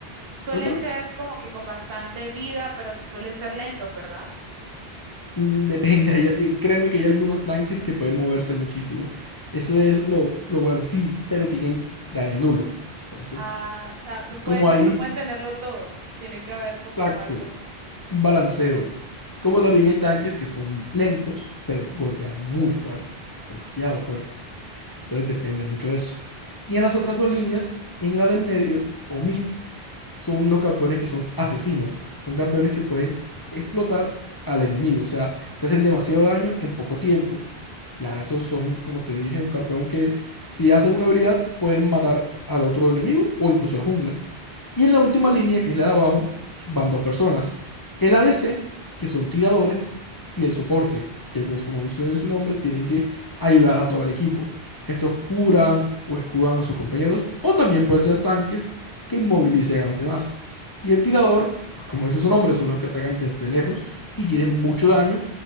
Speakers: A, on the right; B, on the left.
A: suelen
B: cuéntame.
A: ser como que con bastante vida, pero suelen ser lentos, ¿verdad?
B: Mm, Depende, hay- eh, créeme que hay algunos tanques que pueden moverse muchísimo. Eso
A: ¿Sí?
B: es lo, lo bueno, sí, pero tienen daño nulo. Entonces,
A: Ah, o sea, no pueden,
B: como ahí
A: no pueden tenerlo todo. Tiene que haber como
B: Exacto,
A: algo.
B: un balanceo. Como también hay tanques que son lentos, pero golpean muy fuerte, demasiado fuerte. Entonces depende mucho de eso. Y en las otras dos líneas, en la del medio, o mid, son los campeones que son asesinos. Son campeones que pueden explotar al enemigo. O sea, te hacen demasiado daño en poco tiempo. Ya esos son, como te dije, un campeón que si hacen una habilidad pueden matar al otro enemigo o incluso a la jungla. Y en la última línea, que es la de abajo, van dos personas. El ADC, que son tiradores, y el soporte, que pues como lo dice su nombre, tienen que ayudar a todo el equipo. Estos curan o escudan a sus compañeros, o también pueden ser tanques que inmovilicen a los demás. Y el tirador, pues, como dice su nombre, son los que atacan desde lejos y tienen mucho daño,